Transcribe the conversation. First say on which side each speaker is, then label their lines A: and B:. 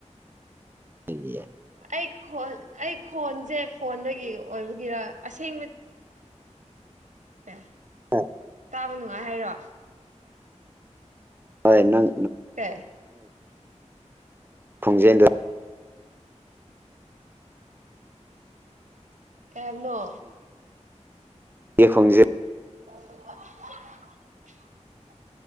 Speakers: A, on the right; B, on the right.
A: ꯍꯥꯏꯗꯤ
B: ꯑꯩ꯫ ꯈꯣꯟ ꯑꯩ ꯈꯣꯟꯁꯦ ꯐꯣꯟꯗꯒꯤ ꯑꯣꯏꯕꯒꯤꯔ ꯑꯁꯦꯡꯕ꯫ <unintelligible>
A: ꯑꯣ꯫
B: ꯇꯥꯕ ꯅꯨꯡꯉꯥꯏ ꯍꯥꯏꯔꯣ꯫
A: ꯍꯣꯏ ꯅꯪ꯫
B: ꯀꯩ꯫
A: ꯈꯣꯡꯖꯦꯜꯗꯣ꯫
B: ꯀꯩ ꯍꯥꯏꯕꯅꯣ꯫
A: ꯌꯦ ꯈꯣꯡꯖꯦꯟ꯫
B: <unintelligible>